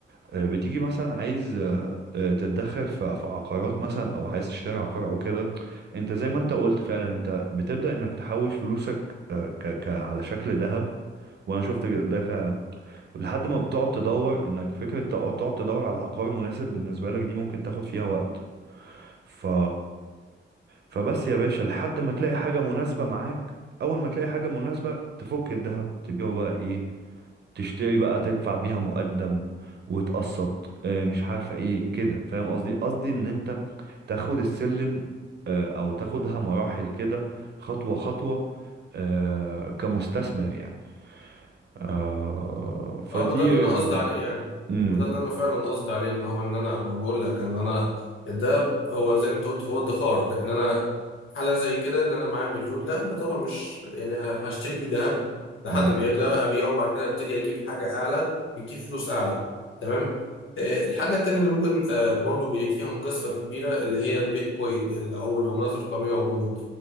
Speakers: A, on the right; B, on the left.
A: آه، بتيجي مثلا عايز آه، آه، تتدخل في في عقارات مثلا او عايز تشتري عقار او كده انت زي ما انت قلت فعلا انت بتبدأ انك تحوش فلوسك آه، ك ك على شكل ذهب وانا شفت ده فعلا ولحد ما بتقعد تدور انك فكرة تقعد تقعد تدور على عقار مناسب بالنسبة لك دي ممكن تاخد فيها وقت ف فبس يا باشا لحد ما تلاقي حاجة مناسبة معاك أول ما تلاقي حاجة مناسبة تفك الذهب تبيعه بقى إيه تشتري بقى تدفع بيها مقدم وتقسط آه، مش عارفة إيه كده فاهم قصدي قصدي إن أنت تاخد السلم آه، أو تاخدها مراحل كده خطوة خطوة آه، كمستثمر يعني آه، فدي
B: اه ما ده اللي
A: آه،
B: انا قصدي عليه يعني
A: مم.
B: ما ده اللي انا فعلا قصدي عليه ان هو ان انا ما بقول لك ان انا ده هو زي ما انت قلت هو ادخار لكن انا حالة زي كده ان انا معايا مليون ده انا طبعا مش يعني هشتري بيه ذهب لحد
A: مم.
B: ما يغلى ابيعه وبعد كده ابتدي اجيب حاجة اعلى بتجيب فلوس اعلى تمام آه، الحاجة التانية اللي ممكن آه، برضو بي- فيها مجازفة كبيرة اللي هي البيتكوين اللي- او العملات الرقمية عموما